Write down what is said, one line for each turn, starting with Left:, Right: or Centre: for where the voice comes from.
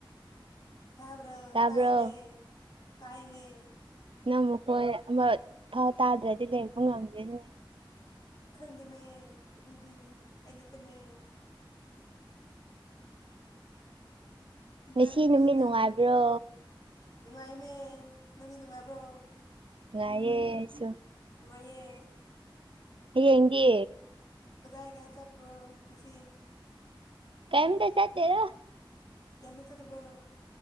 Left: ꯇꯥꯕꯔꯣ
Right: ꯇꯥꯕ꯭ꯔꯣ
Left: ꯇꯥꯏꯃꯦ ꯇꯥꯏꯃꯦ
Right: ꯅꯪ ꯃꯈꯨ ꯀꯣꯏ ꯑꯃ ꯊꯥꯎ ꯇꯥꯗ꯭ꯔꯗꯤ ꯂꯩꯕ ꯉꯝꯗꯦꯅꯦ
Left: ꯈꯪꯗꯦꯃꯦ ꯑꯗꯨꯗꯤ ꯑꯩꯅ ꯇꯦꯝꯃꯦ
Right: ꯉꯁꯤ
Left: ꯅꯪꯒꯤ
Right: ꯅꯨꯃꯤꯠ
Left: ꯅꯪ
Right: ꯅꯨꯡꯉꯥꯏꯕ꯭ꯔꯣ
Left: ꯅꯨꯡꯉꯥꯏꯃꯦ ꯅꯪꯗꯤ ꯅꯨꯡꯉꯥꯏꯕ꯭ꯔꯣ
Right: ꯉꯥꯏꯌꯦꯁꯨ
Left: ꯅꯨꯡꯉꯥꯏꯌꯦ
Right: ꯍꯌꯦꯡꯗꯤ
Left: ꯀꯗꯥꯏꯗ ꯆꯞꯄ꯭ꯔꯣ ꯉꯁꯤ
Right: ꯀꯩꯝ ꯇ ꯆ ꯇꯦ ꯔ
Left: ꯀꯦꯝ ꯇ ꯆꯠꯇꯕꯣ